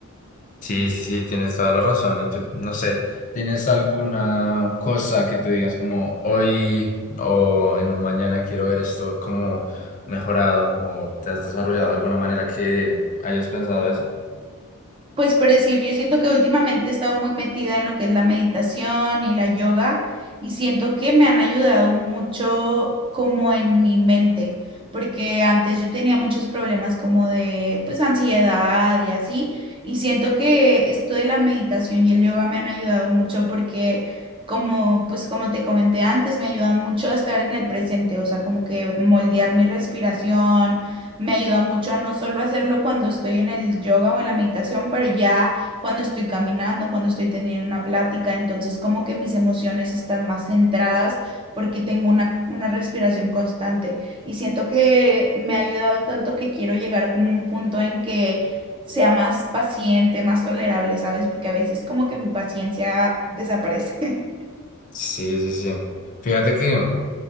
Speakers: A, on the left; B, on the right.
A: Sí, sí, sí, tienes toda la razón. Y tú, no sé, ¿tienes alguna cosa que tú digas como hoy o en un mañana quiero ver esto como mejorado o te has desarrollado de alguna manera que hayas pensado eso?
B: Pues por decir, yo siento que últimamente he estado muy metida en lo que es la meditación y la yoga y siento que me han ayudado mucho como en mi mente, porque antes yo tenía muchos problemas como de pues ansiedad y así, y siento que esto de la meditación y el yoga me han ayudado mucho porque como pues como te comenté antes, me ayudan mucho a estar en el presente, o sea, como que moldear mi respiración me ayuda mucho a no solo hacerlo cuando estoy en el yoga o en la meditación, pero ya cuando estoy caminando, cuando estoy teniendo una plática, entonces como que mis emociones están más centradas porque tengo una, una respiración constante y siento que me ha ayudado tanto que quiero llegar como a un punto en que sea más paciente, más tolerable, ¿sabes? Porque a veces como que mi paciencia desaparece. <laughs>
A: Sí, sí, sí. Fíjate que